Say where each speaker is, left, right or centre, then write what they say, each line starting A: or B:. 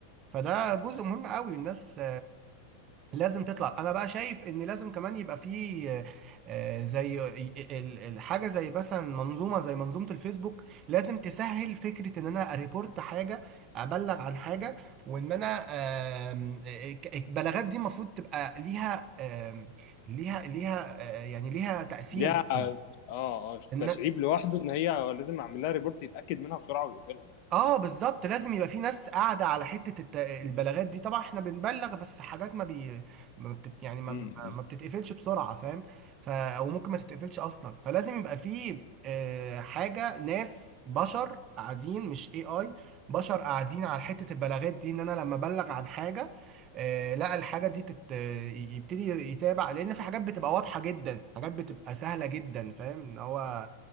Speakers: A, on the right; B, on the left.
A: فده جزء مهم قوي الناس لازم تطلع انا بقى شايف ان لازم كمان يبقى فيه آه، آه، زي ال- ال- الحاجه زي مثلا منظومه زي منظومه الفيسبوك لازم تسهل فكره ان انا اريبورت حاجه ابلغ عن حاجه وان انا آم، آه، ك- البلاغات دي المفروض تبقى ليها آم، ليها ليها آه، يعني ليها تاثير
B: ليها اه
A: جداً.
B: اه
A: إن-
B: تشعيب لوحده ان هي لازم اعمل لها ريبورت يتاكد منها بسرعه ويقفلها
A: اه بالظبط لازم يبقى في ناس قاعده على حته الت- البلاغات دي طبعا احنا بنبلغ بس حاجات ما بي ما بتت يعني ما
B: امم
A: ما بتتقفلش بسرعه فاهم ف او ممكن ما تتقفلش اصلا فلازم يبقى في آه حاجه ناس بشر قاعدين مش اي اي بشر قاعدين على حته البلاغات دي ان انا لما ابلغ عن حاجه آه لا الحاجه دي تت يبتدي يتابع لان في حاجات بتبقى واضحه جدا حاجات بتبقى سهله جدا فاهم ان هو